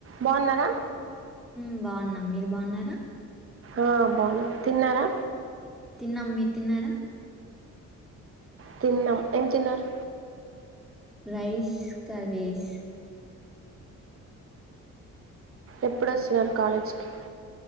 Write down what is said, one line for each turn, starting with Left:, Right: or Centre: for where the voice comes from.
Right: బాగున్నారా
Centre: హ్మ్మ్ బాగున్నాం మీరు బాగున్నారా
Right: ఆ బావున్నాం తిన్నారా
Centre: తిన్నాం మీరు తిన్నారా
Right: తిన్నాం ఏం తిన్నారు
Centre: రైస్ కర్రీస్
Right: ఎప్పుడొస్తున్నారు కాలేజీకి